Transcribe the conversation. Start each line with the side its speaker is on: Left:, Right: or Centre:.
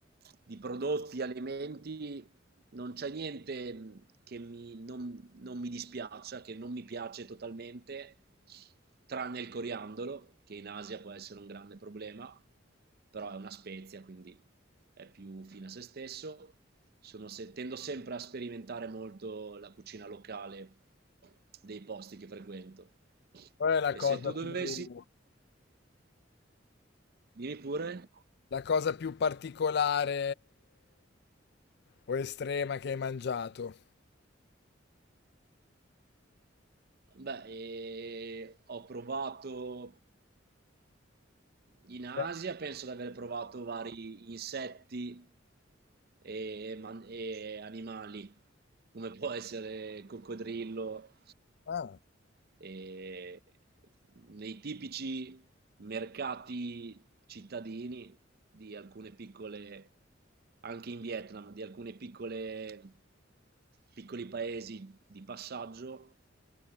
Right: di prodotti, alimenti, non c'è niente che mi- non, non mi dispiaccia, che non mi piace totalmente, tranne il coriandolo, che in Asia può essere un grande problema, però è una spezia, quindi è più fine a se stesso sono se- tendo sempre a sperimentare molto la cucina locale dei posti che frequento.
Left: qual è la
Right: E
Left: cosa
Right: se tu dovessi,
Left: più,
Right: dimmi pure,
Left: la cosa più particolare o estrema che hai mangiato?
Right: beh, eh, ho provato in Asia,
Left: Beh,
Right: penso di aver provato vari insetti e man- e animali. come può essere coccodrillo.
Left: ah.
Right: E nei tipici mercati cittadini di alcune piccole, anche in Vietnam, di alcune piccole, piccoli paesi di passaggio